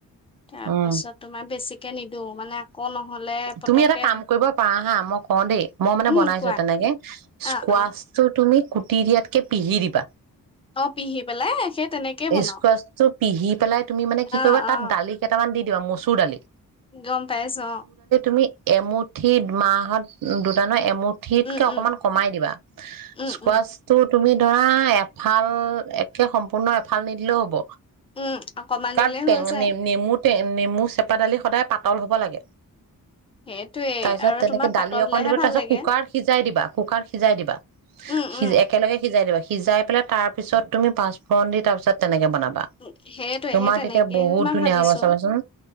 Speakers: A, on the left (about 15°); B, on the right (about 70°).
A: তাৰপাছত
B: উম,
A: তোমাৰ বেছিকে নিদু মানে আকৌ নহ'লে পতককে
B: তুমি এটা কাম কৰিব পাৰা হা মই কওঁ দেই মই মানে
A: উম
B: বনাইছো
A: কোৱা।
B: তেনেকে
A: অ',
B: স্কোৱাছটো
A: অ',
B: তুমি কুটি দিয়াতকে পিহি দিবা।
A: অ', পিহি পেলাই সেই তেনেকেই বনাও
B: স্কোৱাছটো পিহি পেলাই তুমি মানে কি
A: অ',
B: কৰিবা
A: অ',
B: তাত দালি কেইটামান দি কিয় মচুৰ দালি?
A: গম পাইছোঁ আও।
B: আমি এমুঠি মাহত দুটা নহয় এমু ঠিতকে
A: উম,
B: অকমান
A: উম,
B: কমাই দিবা
A: উম,
B: স্কোৱাছটো
A: উম,
B: তুমি ধৰা এফাল একে সম্পূৰ্ণ এফাল নিদিলেও হ'ব।
A: উম, অকমান
B: কাট
A: দিলে
B: টেং
A: হৈ যায়।
B: নেম-নেমুত এ নেমু চেপা দালি সদায় পাতল হ'ব লাগে।
A: সেইটোয়ে
B: তায়ছত
A: আৰু
B: তেনেকে
A: তোমাৰ
B: দালি
A: পাতল
B: অকন
A: হ'লেহে
B: দিবা
A: ভাল
B: তায়ছত
A: লাগে।
B: কুকাৰত সিজাই দিবা, কুকাৰত সিজাই দিবা
A: উম,
B: সি
A: উম,
B: একেলগে সিজাই দিবা। সিজাই পেলাই তাৰ পিছত তুমি পাঁচফৰণ দি তাৰপিছত তেনেকে বনাবা
A: উ, সেইটোয়ে
B: তোমাৰ
A: সেই তেনেকেই
B: তেতিয়া বহুত
A: মই
B: ধুনীয়া
A: ভাবিছো।
B: হ'ব চাবাচোন